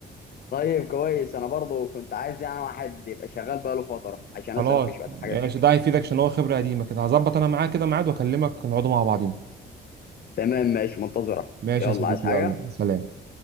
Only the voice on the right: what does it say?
خلاص
ماشي
ده هيفيدك عشان هو خبره قديمه كده هظبط انا معاه كده ميعاد واكلمك نقعدوا مع بعضين
ماشي
يا صديقي
يلا سلام